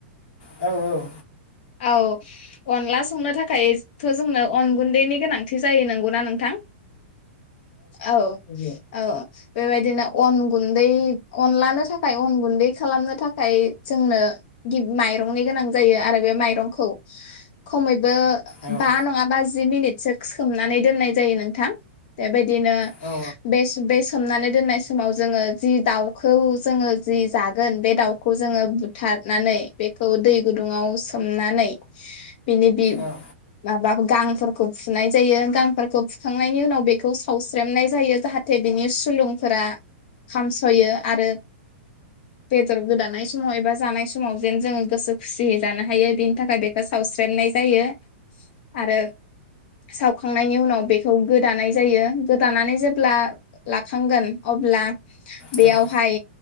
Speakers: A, on the left; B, on the left.
A: औ औ
B: औ अनला संनो थाखायथ' जोंनो अन गुन्दैनि गोनांथि जायो नंगौना नोंथां? औ औ बेबायदिनो अन गुन्दै अनलानो थाखाय अन गुन्दै खालामनो थाखाय जोंनो माइरंनि गोनां जायो आरो बे मायरंखौ खमै बो
A: औ
B: बा नङाबा जि मिनिटसो सोमनानै दोननाय जायो नोंथां। बेबाय दिनो
A: औ
B: बे बस सोमनानै दोननाय समाव जोङो जि दाउखौ जोङो जि जागोन बे दाउखौ जोङो बुथारनानै बेखौ दै गुदुङाव सोमनानै बिनि
A: औ
B: माबा गांफोरखौ फुनाय जायो। गांफोरखौ फुखांनायनि उनाव बेखौ सावस्रेमनाय जायो जाहाथे बिनि सुलुंफोरा खामस'यो। आरो बेदर गोदानाय समाव एबा जानाय समाव जेन जोङो गोसो खुसियै जानो हायो थाखाय थाखाय बे सावस्रेमनाय जायो। आरो साव खांनायनि उनाव बेखौ गोदानाय जायो गोदानानै जेब्ला लाखांगोन अब्ला
A: औ
B: बेयावहाय
A: औ